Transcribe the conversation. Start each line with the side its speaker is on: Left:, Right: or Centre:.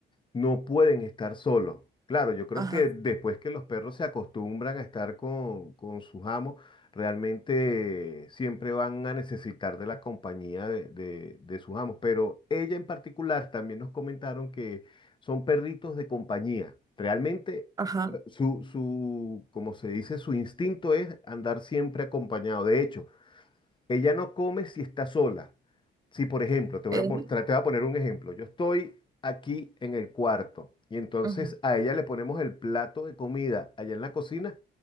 Left: no pueden estar solos. Claro, yo creo
Right: Ajá,
Left: que después que los perros se acostumbran a estar con, con sus amos, realmente siempre van a necesitar de la compañía de, de- de sus amos. Pero ella en particular también nos comentaron que son perritos de compañía. Realmente
Right: ajá.
Left: su, su, como se dice, su instinto es andar siempre acompañado. De hecho, ella no come si está sola. Si, por ejemplo, te voy
Right: eh,
Left: a mostrar, te voy a poner un ejemplo. Yo estoy aquí en el cuarto y entonces
Right: Ujú.
Left: a ella le ponemos el plato de comida allá en la cocina.